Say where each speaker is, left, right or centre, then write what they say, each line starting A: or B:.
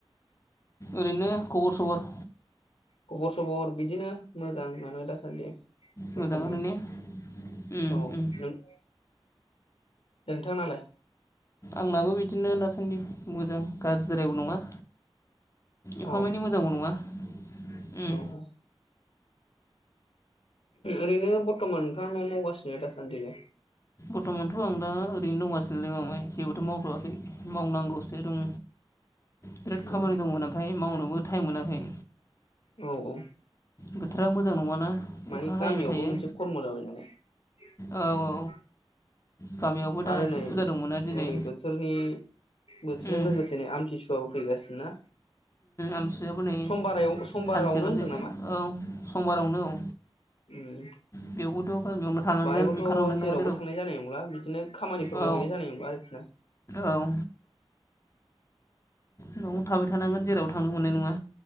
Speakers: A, on the left; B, on the left.
A: ओरैनो खबर सबर
B: खबर सबर बिदिनो मोजांयानो दासानदि
A: मोजाङानो
B: बरथमान
A: ने ओम
B: औ
A: ओम
B: नोंथां। नोंथां नालाय?
A: आंनाबो बिदिनो दासानदि मोजां गाज्रिद्रायबो नङा
B: औ
A: एफा एनै मोजांबो नङा। उम
B: औ औ। ओरैनो बरथमान नोंथाङा मा मावगासिनो दासानदिलाय?
A: बरथमानथ' आं दा ओरैनो दंगासिनोलै मामाय जेबोथ' मावथ'वाखै मावनांगौसो दं। बिराद खामानि
B: औ
A: दंमोन ओमफ्राय मावनोबो टाइम मोनाखै
B: औ औ।
A: बोथोरा मोजां नङाना अखा
B: मानि
A: हाबाय
B: गामियावबो
A: थायो
B: मोनसे खर्म जाबाय नालाय। <inaudible>
A: औ औ गामियावबो दा
B: आरो
A: एसे
B: नै
A: फुजा दंमोनना दिनै
B: ओरै बोथोरनि बोथोरजों
A: उम
B: लोगोसेनो आमथिसुवाबो फैगासिनो ना
A: आमसुयाबो नै
B: समबारायाव समबारावनो
A: सानसेल'सैसो
B: होनदों
A: औ समबारावनो औ।
B: ओम
A: बेयावबोथ' गामियावनो थानांगोन
B: बाहायबोथ'
A: ओंखारनो मोननाय
B: जेरावबो
A: नङा
B: थांनाय जानाय नंला बिदिनो खामानिफोर
A: औ
B: मावहैनाय जानाय नंला आरोखि ना।
A: औ न'आव थाबाय थानांगोन जेरावबो थांनो मोननाय नङा